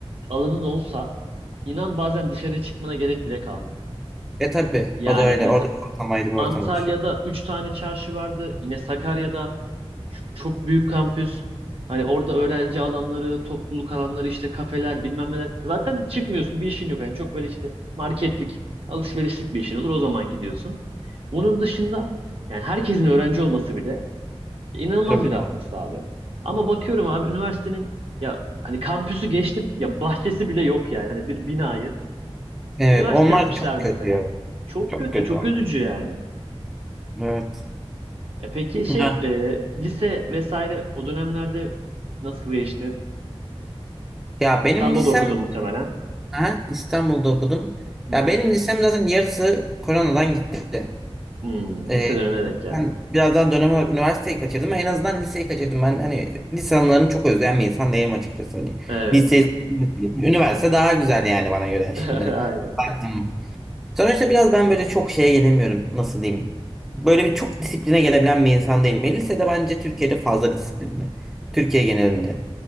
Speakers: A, on the right (about 65°); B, in the centre.
A: alanın olsa inan bazen dışarı çıkmana gerek bile kalmıyor.
B: E tabii
A: Yani
B: o da öyle.
A: mesela
B: Orada bir ortam ayrı bir ortam
A: Antalya'da
B: oluşuyor.
A: 3 tane çarşı vardı. Yine Sakarya'da çok, çok büyük kampüs. Hani orada öğrenci alanları, topluluk alanları, işte kafeler, bilmem neler. Zaten çıkmıyorsun, bir işin yok. Yani çok böyle işte marketlik, alışverişlik bir işin olur. O zaman gidiyorsun. Onun dışında yani herkesin öğrenci olması bile inanılmaz
B: Tabii.
A: bir rahatlık sağlıyor. Ama bakıyorum abi üniversitenin ya hani kampüsü geçtim ya bahçesi bile yok yani. Hani bir binayı
B: Evet,
A: üniversite
B: onlar
A: yapmışlar
B: da çok
A: mesela.
B: kötü ya.
A: Çok
B: Çok
A: kötü,
B: kötü
A: çok
B: onlar.
A: üzücü yani.
B: Evet.
A: Ya peki şey
B: Ya,
A: e, lise vesaire o dönemlerde nasıl geçti?
B: ya benim
A: İstanbul'da
B: lisem
A: okudun muhtemelen.
B: ha, İstanbul'da okudum.
A: Hı
B: Ya
A: hı.
B: benim lisem zaten yarısı koronadan gitti.
A: Hmm,
B: Ee,
A: lise dönemine denk geldi.
B: ben birazdan dönem olarak üniversiteyi kaçırdım. En azından liseyi kaçırdım. Ben hani lise anılarını çok özleyen bir insan değilim açıkçası. Hani
A: Evet.
B: liseyi, üniversite daha güzel yani bana göre şimdi.
A: <laughs> Aynen.
B: Baktım. Sonuçta biraz ben böyle çok şeye gelemiyorum. Nasıl diyeyim? Böyle bir çok disipline gelebilen bir insan değilim. Ya, lisede bence Türkiye'de fazla disiplinli. Türkiye genelinde.